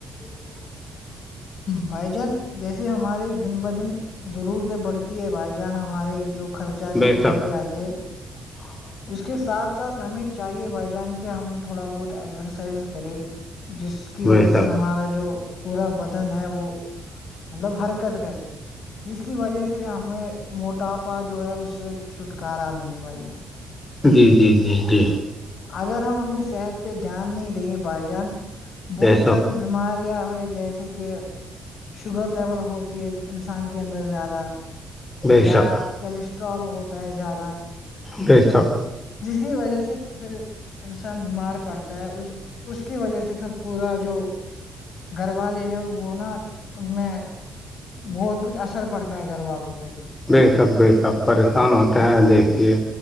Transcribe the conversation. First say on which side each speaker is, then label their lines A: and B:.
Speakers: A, on the left; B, on the left.
A: <inaudible>
B: بھائی جان جیسے ہمارے دن بہ دن ضرورتیں بڑھتی ہے بھائی جان ہمارے جو خرچات تھے
A: بے
B: وہ
A: شک
B: بڑھ جاتے
A: <inaudible>
B: اس کے ساتھ ساتھ ہمیں چاہیے بائی جان کے ہم تھوڑا بہت ایکزرسائز کریں جس کی وجہ
A: بے شک
B: سے ہمارا جو پورا بدن ہے وہ مطلب حرکت کرے جس کی وجہ سے ہمیں موٹاپا جو ہے اس سے چھٹکارا ملے بھائی جان
A: جی جی جی جی
B: اگر ہم اپنی صحت پہ دھیان نہیں دیں گے بھائی جان بہت
A: بے شک
B: ساری بیماریاں ہوئی جیسے کہ شوگر لیول ہوتی ہے انسان کے اندر زیادہ
A: بے
B: یا
A: شک
B: کیلیسٹرول ہوتا ہے زیادہ
A: بی سب
B: جس کی وجہ سے پھر انسان بیمار پڑتا ہے اس اس کی وجہ سے پھر پورا جو گھر والے ہیں وہ نا ان میں بہت کچھ اثر پڑتا ہے گھر والوں پہ بھی
A: بے شک بے شک پریشان ہوتے ہیں دیکھیے